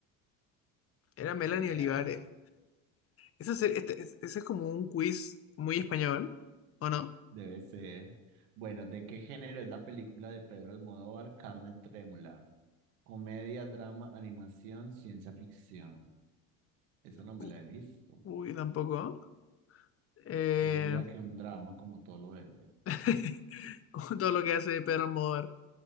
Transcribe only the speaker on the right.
Ni idea.
Debe ser. Bueno, ¿de qué género es la película de Pedro Almodóvar, Carne Trémula? Comedia, drama, animación, ciencia ficción. Esa no me
la he visto.
Yo diría que un drama como todo lo de...